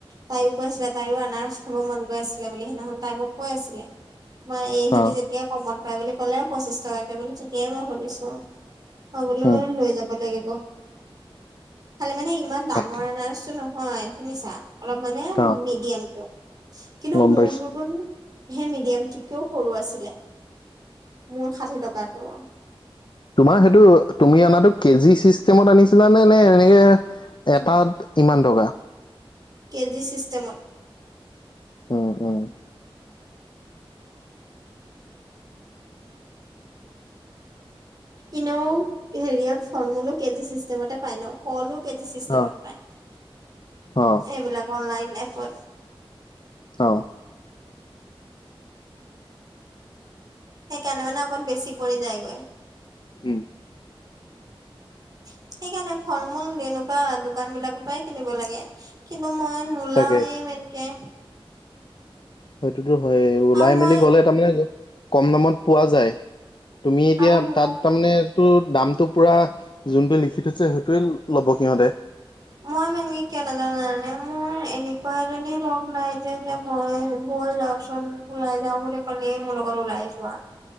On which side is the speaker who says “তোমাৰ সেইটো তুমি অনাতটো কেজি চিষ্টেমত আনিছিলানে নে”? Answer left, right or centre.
Left